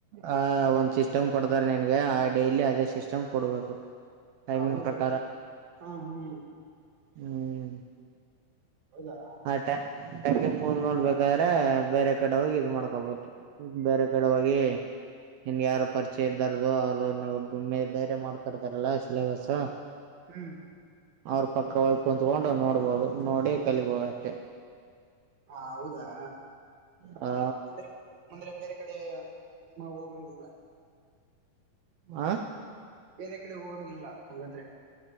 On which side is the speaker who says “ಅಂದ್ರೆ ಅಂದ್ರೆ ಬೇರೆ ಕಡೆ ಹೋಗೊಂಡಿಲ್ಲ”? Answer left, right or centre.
Right